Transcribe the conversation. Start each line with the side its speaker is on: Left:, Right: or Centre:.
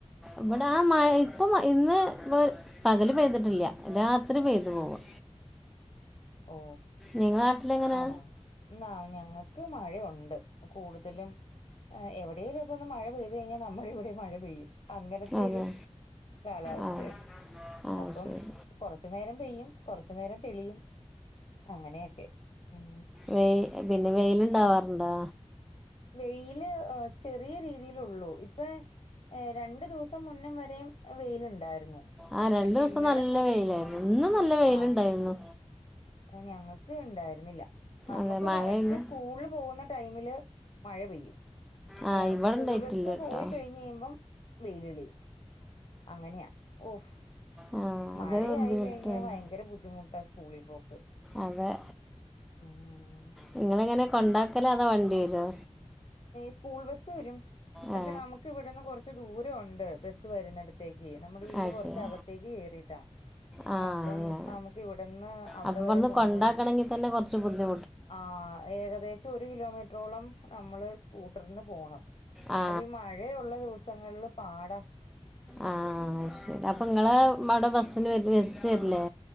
Centre: ഇവിടെ ആഹ മ ഇപ്പം ഇന്ന് പകല് പെയ്തിട്ടില്ല രാത്രി പെയ്തു പോവുക
Left: ഓ
Centre: നിങ്ങള നാട്ടിൽ എങ്ങനാ
Left: ആന്നാന്ന് ന്നാ ഞങ്ങൾക്ക് മഴയുണ്ട് കൂടുതലും എവിടെലും ഒന്ന് മഴ പെയ്ത് കഴിഞ്ഞാൽ നമ്മള ഇവിടെ മഴ പെയ്യും അങ്ങനത്തെ
Centre: അതെ
Left: ഒരു കാലാവസ്ഥയാണ്
Centre: ആ ആ
Left: അപ്പം
Centre: ശരി
Left: കൊറച്ചു നേരം പെയ്യും കൊറച്ചു നേരം തെളിയും അങ്ങനെയൊക്കെ ഉം
Centre: വെ പിന്നെ വെയിലുണ്ടാവാറുണ്ടോ
Left: വെയില് ചെറിയ രീതില്ലുള്ളു ഇപ്പൊ രണ്ടു ദിവസം മുന്നം വരെയും വെയിലുണ്ടായിരുന്നു
Centre: ആഹ് രണ്ടുസം
Left: പക്ഷെ ഇന്നലെ
Centre: നല്ല
Left: മുതൽ
Centre: വെയിലായിരുന്നു ഇന്നും നല്ല വെയിലുണ്ടായിരുന്നു
Left: ആഹ് ഞങ്ങക്ക് ഉണ്ടായിരുന്നില്ല നമ്മുക്ക്
Centre: അതെ മഴയായിരുന്നു
Left: കറക്റ്റ് സ്കൂളിൽ പോകുന്ന ടൈമില് മഴ പെയ്യും
Centre: ആ
Left: ഏഹ്
Centre: ഇവിടെ
Left: സ്കൂൾ
Centre: ഉണ്ടായിട്ടില്ല
Left: ബസ്
Centre: കേട്ടോ
Left: പോയി കഴിഞ്ഞ് കഴിയുമ്പം വെയിലളിയും അങ്ങനെയാ ഓഫ്
Centre: ആ
Left: മഴ
Centre: അതൊരു ബുദ്ധിമുട്ടാണ്
Left: ആയി കഴിഞ്ഞാൽ ഭയങ്കര ബുദ്ധിമുട്ടാ സ്കൂളിൽ പോക്ക്
Centre: അതെ
Left: ഉം
Centre: നിങ്ങളെങ്ങനെ കൊണ്ടാക്കല അതാ വണ്ടി വരോ
Left: സ്കൂൾ ബസ് വരും, പക്ഷെ
Centre: ആ
Left: നമുക്ക് ഇവിടുന്ന് കുറച്ച് ദൂരം ഒണ്ട് ബസ്സ് വരുന്നിട ത്തേക്ക് നമ്മുടെ വീട്
Centre: അത്
Left: കുറച്ചകത്തേക്ക്
Centre: ശരി
Left: കേറിയിട്ടാ
Centre: ആ
Left: അപ്പം
Centre: അങ്ങനെ
Left: നമുക്ക് ഇവിടെന്ന് അവിടെ
Centre: അപ്പോൾ ഇവിടുന്ന്
Left: വരെ കൊണ്ടന്ന്
Centre: കൊണ്ടാക്കണമെങ്കിൽ
Left: വിടണം
Centre: തന്നെ കൊറച്ച് ബുദ്ധി
Left: ആഹ് ഏകദേശം ഒരു കിലോമീറ്ററോളം നമ്മള് സ്കൂട്ടറിന് പോണം
Centre: ആ
Left: അപ്പൊ ഈ മഴയുള്ള ദിവസങ്ങളില് പാടാ
Centre: ആഹ് ശരി അപ്പൊ നിങ്ങളെ അവിടെ ബസ്സിന് വര് ബസ്സ് വരില്ലേ